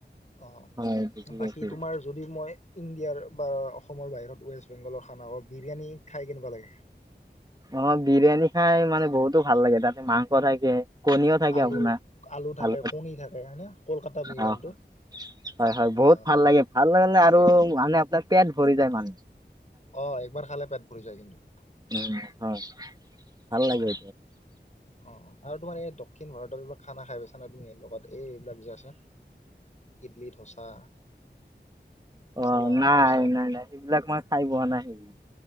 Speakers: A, on the left (about 40°); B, on the right (about 20°).
A: অ'
B: হয় বুজি পাইছোঁ।
A: বাকী তোমাৰ যদি মই। ইণ্ডিয়াৰ বা অসমৰ বাহিৰত ৱেষ্ট বেংগলৰ খানা হক বিৰিয়ানী খাই কেনেকুৱা লাগে?
B: অ' বিৰিয়ানী খাই মানে বহুতো ভাল লাগে, তাতে মাংস থাকে। কণীও থাকে
A: আলু
B: আপোনাৰ।
A: আলু
B: ভাল
A: থাকে, কণী থাকে হয়নে কলকাতা বিৰিয়ানীটোত।
B: অ', হয়, হয় বহুত
A: অ
B: ভাল লাগে, ভাল লাগে আৰু মানে আপোনাৰ পেট ভৰি যায় মানুহটো
A: আহ একবাৰ খালে পেট ভৰিৰি যায় কিন্তু।
B: উম, হয়, ভাল লাগে।
A: অ অ আৰু তোমাৰ এই দক্ষিণ ভাৰতৰ এইবিলাক খানা খাই পাইছানে? তুমি এই লগত এইবিলাক যে আছে। ইডলি, ধোচা মচলা
B: অ' নাই
A: ধচা
B: নাই নাই সেইবিলাক মই খাই পোৱা নাই সেইবিলাক।